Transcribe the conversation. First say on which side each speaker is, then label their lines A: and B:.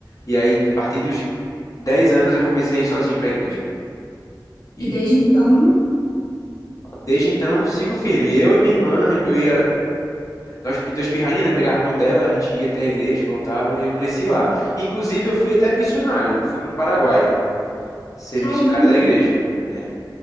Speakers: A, on the left; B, on the left.
A: E aí, a partir dos 10 anos, eu comecei a ir sozinho para a igreja. E
B: E desde então.
A: desde então, sigo firme. Eu e minha irmã, eu ia, nós pi- duas pirrainhas, né? Pegava a mão dela, a gente ia até a igreja, voltava, e eu cresci lá. Inclusive, eu fui até missionário, fui para o Paraguai ser
B: Caramba!
A: missionário da igreja. É.